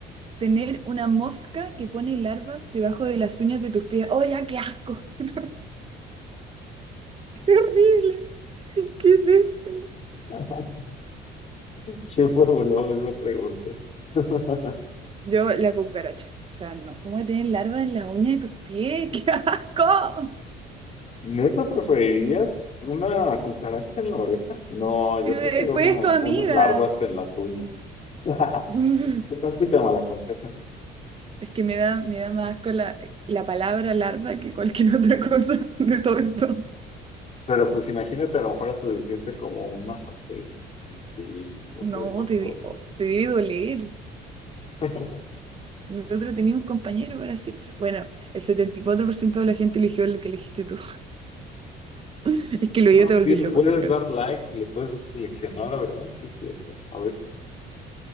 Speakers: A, on the right; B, on the left.
A: tener una mosca que pone larvas debajo de las uñas de tus pies? ¡Oh, ya, qué asco! <laughs> ¡Qué horrible! ¿Qué es esto?
B: <laughs> ¿Quién formuló esa pregunta? <laughs>
A: Yo, la cucaracha. O sea, no. ¿Cómo voy a tener larvas en las uñas de tus pies? <laughs> ¡Qué asco!
B: ¿Neta preferirías una cucaracha en la oreja? No, yo
A: Pero
B: prefiero
A: después
B: una,
A: es tu amiga.
B: unas larvas en las uñas. <laughs>
A: <laughs> Uf,
B: ¿Qué tal si te malaconseja?
A: Es que me da, me da más asco la, la palabra larva que cualquier otra cosa de todo esto.
B: Pero pues imagínate, a lo mejor hasta se siente como un masaje, así, en los
A: No,
B: dedos
A: te, di-
B: o algo
A: oh,
B: así.
A: te debe doler.
B: <laughs>
A: Y El otro tenía un compañero para siempre. Bueno, el 74% de la gente eligió el que elegiste tú. <laughs> Es que lo
B: Ah,
A: yo te
B: Sí,
A: volvís
B: le
A: loco,
B: puedes
A: yo creo.
B: dar like, le puedes seleccionar, la verdad, sí es cierto. A ver,